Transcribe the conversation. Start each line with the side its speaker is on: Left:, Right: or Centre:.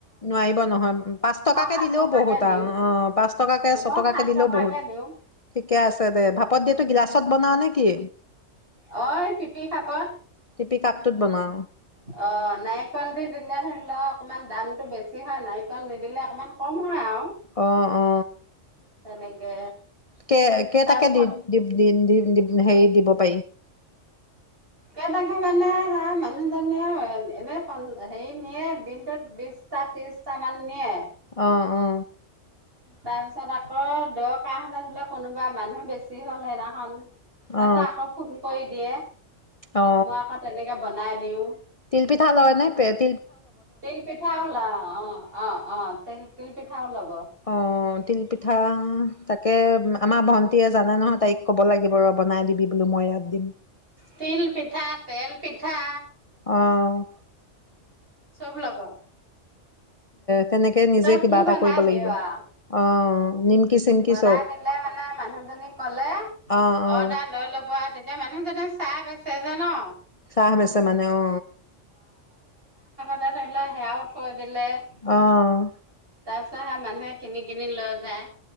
Left: নোৱাৰিব নহয় পাঁচ টকাকে
Right: সাত
Left: দিলেও
Right: টকাকে
Left: বহুত
Right: দিওঁ
Left: আৰু অ পাঁচ টকাকে ছটকাকে
Right: মই সাত
Left: দিলেও
Right: টকাকে
Left: বহুত
Right: দিওঁ
Left: ঠিকে আছে দে ভ পাপদিয়হটো গিলাচত বনাওঁ নে কি
Right: অ পিপি খাপত
Left: টিপি কাপটোত বনাওঁ
Right: অ নাইফল দি দিলীয়া ধৰি ল অকমান দামটো বেছি হয় নাৰিকল নিদিলে অকণমান কম হয় আৰু
Left: অ অ
Right: তেনেকে
Left: কে কেইটাকে
Right: তাৰপিছত
Left: দি দি দি দি হেৰি দিব প
Right: েই তাকো মানে হা মানুহজনীয়েও এনে হেৰি নিয়ে দিনটোত বিশটা ত্ৰিশটা মান নিয়ে
Left: আহ অ
Right: তাৰ পিছত আকৌ দৰ কাহ হলে হলে কোনোবা মানুহ বেছি হ'ল সেইদিনাখন তাৰছা
Left: অ অ
Right: আকৌ ফোন কৰি দিয়ে
Left: অ
Right: মই আকৌ তেনেকে বনাই দিওঁ
Left: তিলপিঠা লয় নাই পেট
Right: তেল পেঠা আহল অ অ অ তেল পিঠাওঁলক
Left: অ তিল পিঠা তাকে আমাৰ ভন জানে নহয় তাইক ক'ব লাগিব ৰ বনাই দিবি বোলো মই ইয়াত দিম
Right: তিল পিঠাত তেল পিঠা।
Left: অ'।
Right: চব ল'ব।
Left: দে তেনেকে নিজে
Right: তই
Left: কিবা
Right: যি
Left: এটা
Right: বনাই
Left: কৰিব
Right: দিওঁ
Left: লাগিব।
Right: অ',
Left: অ' নিমকি চিমকি
Right: বনাই
Left: চব
Right: দিলে মানে মানুহজনী ক'লে
Left: অ' অ'
Right: অৰ্ডাৰ লৈ ল'ব আৰু তেতিয়া মানুহজনে চাপ আছে জান'।
Left: চাহ বেচে মানে অ'।
Right: এ ধৰি লোৱা সেয়া উঠ দিলে তাৰপিছত
Left: অ'।
Right: মানুহে কিনি কিনি লৈ যায়।